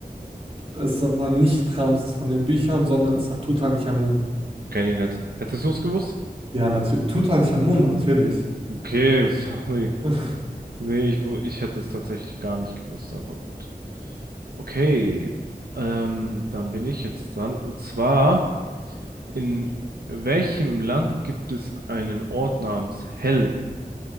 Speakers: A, on the right (about 35°); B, on the right (about 75°).
A: Es war nicht Ramses von den Büchern, sondern es war Tutanchamun.
B: Kenn ich nicht. Hättest du es gewusst?
A: Ja, natürlich. Tutanchamun, natürlich.
B: Okay, <laughs> sorry.
A: <laughs>
B: Nee, ich, wu- ich hätte es tatsächlich gar nicht gewusst, aber gut. Okay, ähm, dann bin ich jetzt dran. Und zwar, in welchem Land gibt es einen Ort namens Hell?